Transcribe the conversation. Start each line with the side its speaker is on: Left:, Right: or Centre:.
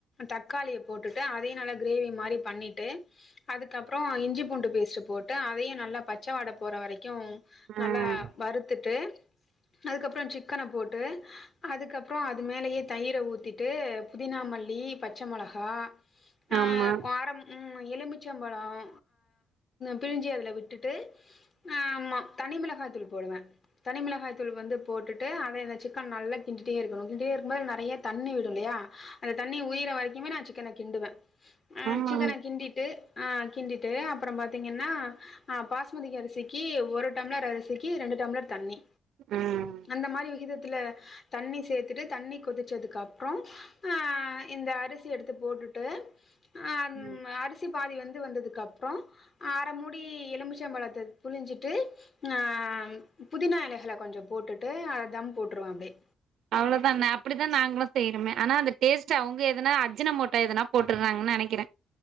Left: தக்காளிய போட்டுட்டு அதையும் நல்லா கிரேவி மாதிரி பண்ணிட்டு அதுக்கப்புறம் இஞ்சி பூண்டு பேஸ்ட்டு போட்டு அதையும் நல்லா பச்சை வாட போர வரைக்கும் நல்லா
Right: ம்
Left: வருத்துட்டு ட்டு அதுக்கப்புறம் சிக்கன போட்டு அதுக்கப்புறம் அது மேலேயே தயிரை ஊற்றிட்டு புதினாமல்லி பச்ச மிளகாய் ஆஹ்
Right: ஆமா
Left: காரம் உம் எலுபிச்சம்பழம் பிழிஞ்சி அதுல விட்டுட்டு ஆஹ் தனிமிளகாய் தூள் போடுவேன் தனி மிளகாய் தூள் வந்து போட்டுட்டு அத அந்த சிக்கன் நல்லா கிண்டிட்டே இருக்கணும் கிண்டிட்டே இருக்கும்போது நிறைய தண்ணி விடும் இல்லையா அந்த தண்ணி உயிர வரைக்குமே நான் சிக்கன கிண்டுவேன் அஹ்
Right: ஆமா
Left: சிக்கன கிண்டிட்டு ஆஹ் கிண்டிட்டு அப்புறம் பா பாத்தீங்கன்னா ஆஹ் பாஸ்மதி அரிசிக்கு ஒரு டம்ளர் அரிசிக்கு ரெண்டு டம்ளர் தண்ணி
Right: ம்
Left: அந்த மாரி விகிதத்துல தண்ணி சேர்த்துட்டு தண்ணி கொதிச்சதுக்கு அப்புறம் அஹ் இந்த அரிசி எடுத்து போட்டுட்டு ஆம்
Right: ம்
Left: ஆஹ் அரிசி பாதி வந்து வந்ததுக்கு அப்புறம் அரை மூடி எலும்புச்சம்பழத்த புழிஞ்சிட்டு ஆ புதினா இலைகளை கொஞ்சம் போட்டுட்டு அத தம் போட்டுருவேன் அப்படியே
Right: அவ்வுளதானே அப்படித்தான் நாங்களும் செய்யறமே ஆனா அந்த டேஸ்ட் அவங்க எதனா அஜின மோட்டோ எதனா போட்டுருறாங்கன்னு நினைக்கிறேன்